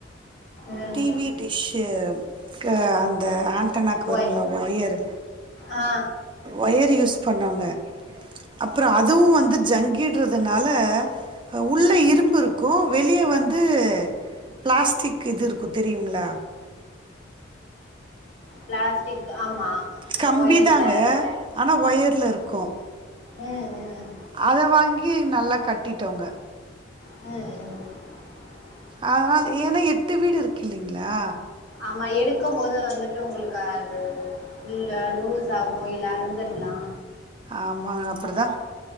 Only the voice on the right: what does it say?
டிவி டிஷ்ஷு க்கு அந்த ஆண்டனாக்கு வருங்கள
ஒயரு
ஒயரு யூஸ் ஃபண்ணாங்க அப்புறே அதுவு வந்து ஜங்கிடுறதுனால ல அ உள்ள இரும்பு இருக்கு வெளியே வந்து பிளாஸ்டிக் இது இருக்கு தெரியுங்ளா
கம்பி
தாங்க ஆனா ஒயர்ல இருக்கு
அத வாங்கி நல்லா கட்டிட்டோங்க
அதனால் ஏன்னா எட்டு வீடு இருக்கு இல்லீங்ளா
ஆமாங்க அப்புடிதா